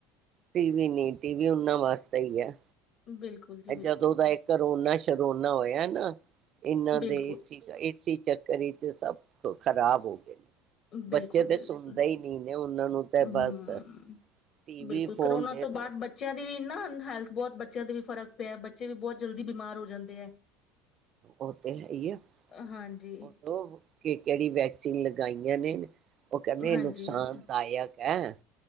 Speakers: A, on the right (about 45°); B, on the left (about 45°).
A: ਟੀਵੀ ਨੀ ਟੀ ਵੀ ਉਹਨਾਂ ਵਾਸਤੇ ਹੀ ਐ
B: ਬਿਲਕੁਲ ਜੀ ਬਿਲਕੁਲ
A: ਜਦੋਂ ਦਾ ਏ ਕਰੋਨਾ ਸ਼ਰੋਨਾ ਹੋਇਆ ਨਾ ਇਹਨਾਂ
B: ਬਿਲਕੁਲ
A: ਦੇ ਏਸੀ ਏਸੀ ਚੱਕਰ ਈ ਚ ਸਭ ਖ਼ਰਾਬ ਹੋ ਗਏ ਬੱਚੇ
B: ਬਿਲਕੁੱਲ
A: ਤੇ
B: ਬਿਲਕੁੱਲ
A: ਸੁਣਦੇ ਹੀ ਨਹੀਂ ਨੇ ਉਹਨਾਂ ਨੂੰ ਤੇ ਬਸ
B: ਹੂੰ
A: ਟੀ ਵੀ
B: ਬਿਲਕੁੱਲ
A: ਫੋਨ
B: ਕਰੋਨਾ
A: ਦੇ
B: ਤੋਂ
A: ਦਿਓ
B: ਬਾਅਦ ਬੱਚਿਆਂ ਦੀ ਵੀ ਨਾ ਹੈਲਥ ਬਹੁਤ ਬੱਚਿਆਂ ਦੇ ਵੀ ਫਰਕ ਪਿਆ ਬੱਚੇ ਵੀ ਬਹੁਤ ਜਲਦੀ ਬਿਮਾਰ ਹੋ ਜਾਂਦੇ ਐ
A: ਓ ਤੇ ਹੈ ਈ ਆ
B: ਹਾਂਜੀ,
A: ਓ <unintelligible> ਕਿਹੜੀ ਵੈਕਸੀਨ ਲਗਾਈਆਂ ਨੇ ਓ ਕਹਿੰਦੇ
B: ਹਾਂਜੀ,
A: ਨੁਕਸਾਨਦਾਇਕ
B: ਹਾਂਜੀ
A: ਹੈ